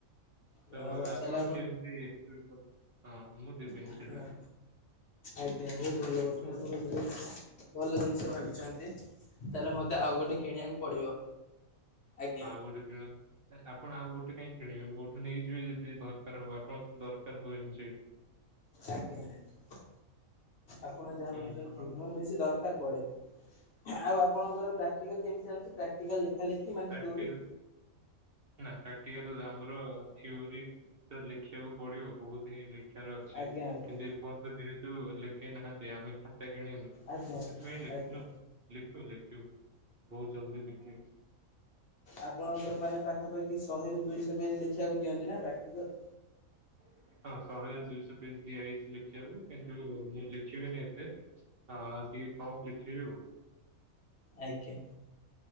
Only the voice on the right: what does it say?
ତ
ଆପଣ
କେମତି ହଁ ମୁଁ ଦେବିନି
ସେଗୁଡା।
ହଁ
କୋଉଠି କିଣ? ଆପଣ ଆଉ ଗୋଟେ କାଇଁ କିଣିବେ ମୋଠୁ ନେଇଯିବେ ଯଦି ଦରକାର ହବ, ଆପଣ ତ ଦରକାର ହୁଏନି ସେଇଠୁ।
ହୁଁ
ହଁ
ପ୍ରାକ୍ଟିକାଲ
ନା ପ୍ରାକ୍ଟିକାଲ ଆମର ଥିଓରି ତ ଲେଖିବାକୁ ପଡିବ ବହୁତ ହିଁ ଲେ ଲେଖିବାର ଅଛି
କିନ୍ତୁ
ଏପର୍ଯନ୍ତ ଯେହେତୁ ଲେଖେଇ ନାହାଁନ୍ତି ଆମେ ଖାତା କିଣିନୁ।
ସେଥିପାଇଁ ଲେଖିନୁ
ଲଖୁବୁ ଲେଖୁବୁ ବହୁତ ଜଲଦି ଲେଖୁବୁ।
<inaudible> ହଁ ଶହେରୁ ଦୁଇଶହ ପେଜ ଦିଆ ହେଇଛି ଲେଖିବାକୁ କିନ୍ତୁ ମୁଁ ଲେଖିବିନି ଏତେ। ହଁ ଟିକେ କମ୍ ଲେଖିବି।